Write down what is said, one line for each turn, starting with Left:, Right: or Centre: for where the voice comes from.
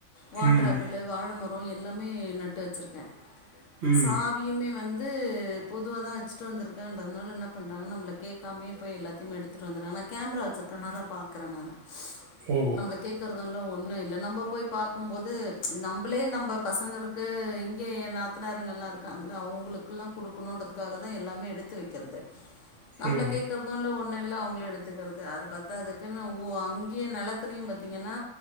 Left: வாட்டர்
Right: ம்
Left: ஆப்பிள், வாழ மரொ எல்லாமே நட்டு வச்சிருக்கே.
Right: ம்
Left: சாவியுமே வந் பொதுவா தா வெச்சிட்டு வந்துருக்கேன்றதுனால என்ன பண்றாங்க நம்மள கேக்காமயே போய் எல்லாத்தயு எடுத்துட் வந்துறாங்க. நா கேமரா வச்சிரு கறனால பாக்குறே நானு
Right: ஓ
Left: நம்மள கேக்குறதுல்ல ஒண்ணு இல்ல. நம்ப போய் பாக்கும்போது நம்பளே நம் ப பசங்களுக்கு இங்க ஏ நாத்தனாருங்க எல்லா இருக்காங்கல்ல. அவங்களுக்கு எல்லா குடுக்கணுன்றதுக்காகதா எல்லாமே எடுத்து வெக்கிறது நம்ப்ள
Right: ம்
Left: கேக்குறதோ இல்ல ஒன்னுல் ல்லா அவங்ளே எடுத்துகுறது அது பத்தாதக்குன்னு ன உ அங்கயே நெலத்துலையு பாத்தீங்கன்னா